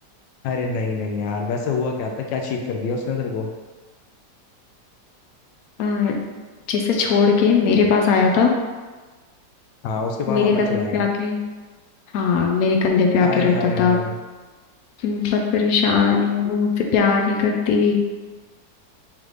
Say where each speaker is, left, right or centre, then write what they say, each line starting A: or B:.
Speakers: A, on the left; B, on the left.
A: अरे नहीं नहीं यार वैसे हुआ क्या था क्या चीट कर दिया उसने तेरे को
B: अ, जिसे छोड़ के मेरे पास आया था
A: हाँ उसके बाद
B: मेरे
A: वापस
B: कंधे
A: चला गया
B: पे आके हाँ मेरे कंधे पे आके
A: आए
B: रोता
A: हाय हाय
B: था कि मैं बहुत परेशान हूँ वो मुझसे प्यार नहीं करती